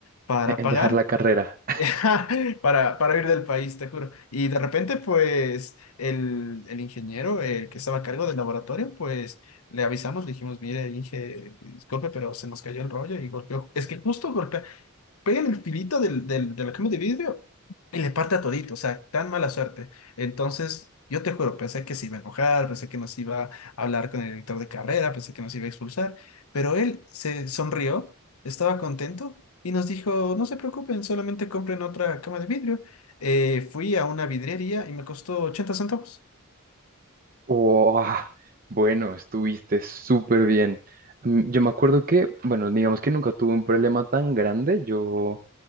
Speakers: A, on the left; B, on the right.
A: para
B: en
A: pagar,
B: dejar la carrera?
A: <laughs> para, para ir del país, te juro. Y de repente, pues, el, el ingeniero, el que estaba a cargo del laboratorio, pues, le avisamos, le dijimos, mire, Inge, disculpe, pero se nos cayó el rollo y golpeó. Es que justo golpeó, pega en el filito del, del, de la cama de vidrio y le parte a todito, o sea, tan mala suerte. Entonces, yo te juro, pensé que se iba a enojar, pensé que nos iba a hablar con el director de carrera, pensé que nos iba a expulsar, pero él se sonrió, estaba contento y nos dijo, no se preocupen, solamente compren otra cama de vidrio. Eh, fui a una vidriería y me costó ochenta centavos.
B: Oh, bueno, estuviste súper bien. Mm, Yo me acuerdo que, bueno, digamos que nunca tuve un problema tan grande. Yo